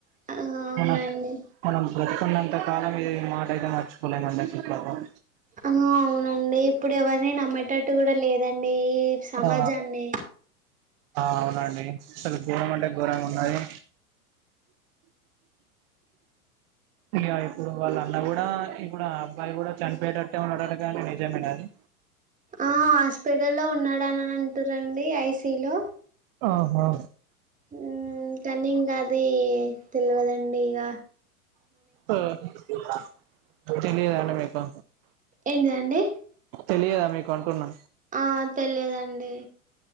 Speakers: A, on the right; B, on the right.
A: ఆ అవునండి
B: మన మనం బ్రతికున ఇంతకాలం ఇగ ఈ మాట అయితే మర్చిపోలేమండి అసల్ పాపం
A: ఆ అవునండి ఇప్పుడ్ ఎవరిని నమ్మేటట్టు గూడా లేదండి ఈ సమాజాన్ని
B: ఆ ఆ అవునండి అసల్ గోరం అంటే గోరంగ ఉన్నది ఇగ ఇప్పుడు వాళ్ళ అన్న గూడా ఇప్పుడు ఆ అబ్బాయి గూడా చనిపోయేటట్టే ఉన్నడంట గదా అండి నిజమేనా ఆది
A: ఆ హాస్పిటల్ లో ఉన్నాడానని అంటున్నరండి ఐసీలో
B: ఆహా
A: ఉమ్ కనీం గది తెల్వదండి ఇగ
B: అంత తెలిదాండి మీకు
A: ఏంటిదండి
B: తెలియదా మీకు అంటున్నా
A: ఆ తెలియదండి